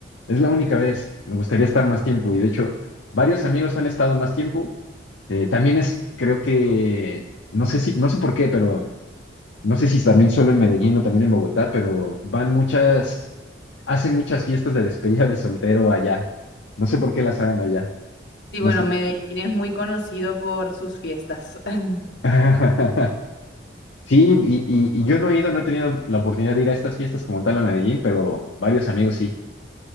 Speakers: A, on the left; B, on the left.
A: Es la única vez, me gustaría estar más tiempo y de hecho varios amigos han estado más tiempo. Eh, también es, creo que, no sé si, no sé por qué, pero no sé si también solo en Medellín o también en Bogotá, pero van muchas, hacen muchas fiestas de despedida de soltero allá. No sé por qué las hagan allá.
B: Sí, bueno,
A: No sé.
B: Medellín es muy conocido por sus fiestas. <laughs>
A: <laughs> Sí, y, y- y yo no he ido, no he tenido la oportunidad de ir a estas fiestas como tal a Medellín, pero varios amigos sí.